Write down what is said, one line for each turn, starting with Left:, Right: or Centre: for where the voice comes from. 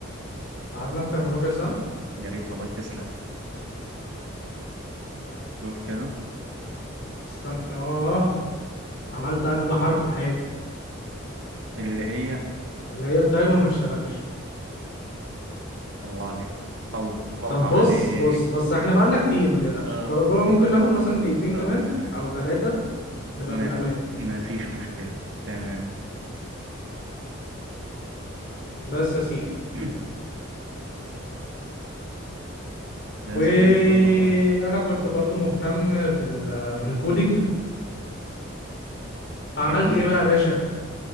Left: قعدنا اكتر من ربع ساعه
Right: يا ريت والله تسلم شوف كده
Left: استنى اه عملت اغبى حركه في حياتي
Right: اللي هي
Left: اللي هي التايمر ما اشتغلش
Right: الله عليك الله
Left: طب
Right: عليك
Left: بص بص بص احنا بقالنا كتير ما تقلقش
Right: اه
Left: ب- بقى ممكن ناخد مثلا دقيقتين
Right: طب
Left: كمان
Right: تمام
Left: او ثلاثه نبقى
Right: ما
Left: في الامان
Right: ما فيش مشكلة تمام
Left: بس يا سيدي
Right: <clears throat> ده
Left: وانا
Right: زي الفل والله
Left: كنت برضو مهتم بال... بالكودينج فعملت
Right: جميل
Left: ايه بقى يا باشا